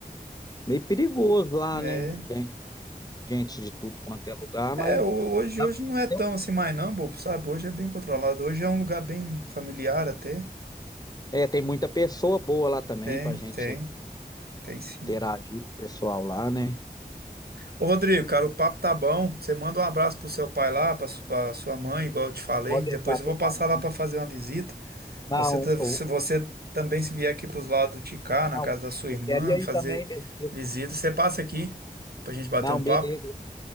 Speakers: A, on the left; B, on the right.
A: Meio perigoso lá,
B: É,
A: né? Vem gente de tudo quanto é lugar,
B: é,
A: mas
B: ho- hoje,
A: dá
B: hoje
A: pra
B: não é tão
A: ter um-
B: assim mais não, bobo, sabe? Hoje é bem controlado. Hoje é um lugar bem familiar até.
A: é, tem muita pessoa boa lá também
B: Tem,
A: pra gente
B: tem. Tem sim.
A: interagir com o pessoal lá, né?
B: Ô, Rodrigo, cara, o papo tá bom. Você manda um abraço pro seu pai lá, pra, su- pra sua mãe, igual eu te falei.
A: Pode
B: Depois
A: deixar,
B: eu
A: tô
B: vou passar
A: mandando.
B: lá pra fazer uma visita.
A: Não,
B: Você, ta- se
A: eu,
B: você
A: eu-
B: também se vier aqui pros lados de cá, na
A: não,
B: casa da sua irmã,
A: eu queria
B: fazer
A: ir também. ver- ver-
B: visita, você passa aqui pra gente bater
A: Não,
B: um
A: beleza.
B: papo.